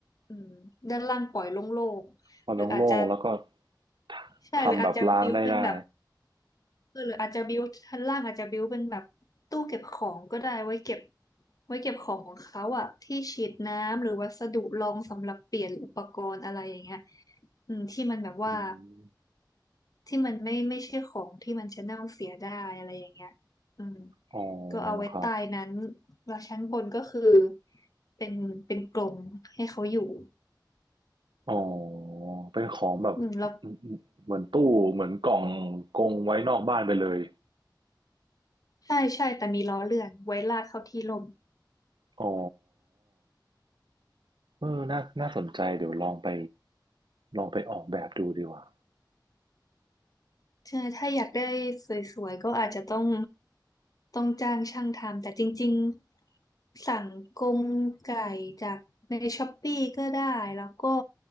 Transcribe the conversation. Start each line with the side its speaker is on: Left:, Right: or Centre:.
Left: อืมด้านล่างปล่อยโล่งๆหรืออาจจะ
Right: มันโล่งๆแล้วก็ททำแบบล้างได้ได้
Left: ใช่หรืออาจจะบิ้วเป็นแบบ เออหรืออาจจะบิวชั้นล่างอาจจะบิวเป็นแบบตู้เก็บของก็ได้ไว้เก็บไว้เก็บของของเขาอะที่ฉีดน้ำหรือวัสดุรองสำหรับเปลี่ยนอุปกรณ์อะไรอย่างเงี้ยอืมที่มันแบบว่า
Right: อืม
Left: ที่มันไม่ไม่ใช่ของที่มันจะเน่าเสียได้อะไรอย่างเงี้ยอืม
Right: อ๋อ
Left: ก็เอาไว้ใต้นั้น
Right: ครับ
Left: แล้วชั้นบนก็คือเป็นเป็นกรงให้เขาอยู่
Right: อ๋อเป็นของแบบ
Left: อืมแล้ว
Right: เหมือนตู้เหมือนกล่องกรงไว้นอกบ้านไปเลย
Left: ใช่ใช่แต่มีล้อเลื่อนไว้ลากเข้าที่ร่ม
Right: อ๋อ เออน่าน่าสนใจ เดี๋ยวลองไป ลองไปออกแบบดูดีกว่า
Left: ใช่ถ้าอยากได้สวยๆก็อาจจะต้องต้องจ้างช่างทำแต่จริงๆสั่งกรงไก่จากในช้อปปี้ก็ได้แล้วก็